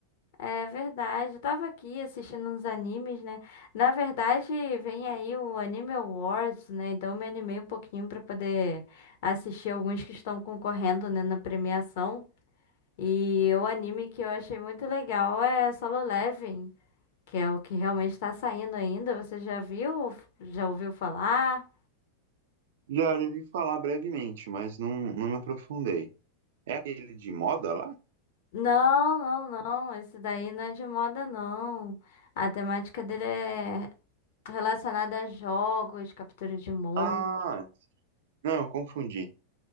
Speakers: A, on the left; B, on the right.
A: É verdade, eu tava aqui assistindo uns animes, né? Na verdade, vem aí o Anime Awards, né? Então eu me animei um pouquinho pra poder assistir alguns que estão concorrendo, né, na premiação. E o anime que eu achei muito legal é Solo Leveling, que é o que realmente tá saindo ainda. Você já viu? Já ouviu falar?
B: Já ouvi falar brevemente, mas não, não me aprofundei. É aquele de moda lá?
A: Não, não, não. Esse daí não é de moda, não. A temática dele é relacionada a jogos, captura de monstros.
B: Ah, não, eu confundi.